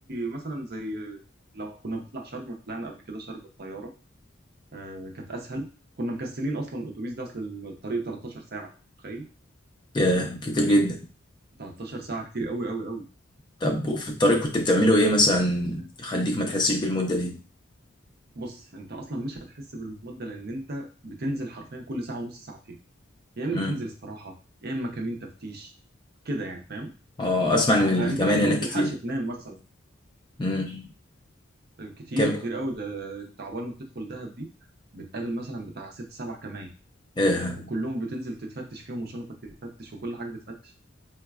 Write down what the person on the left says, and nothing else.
يا كتير جدا
طب وفي الطريق كنت بتعملوا ايه مثلا يخليك ما تحسش بالمده دي
امم
اه اسمع ان الكمان
هناك
كتير
امم
كم
ايه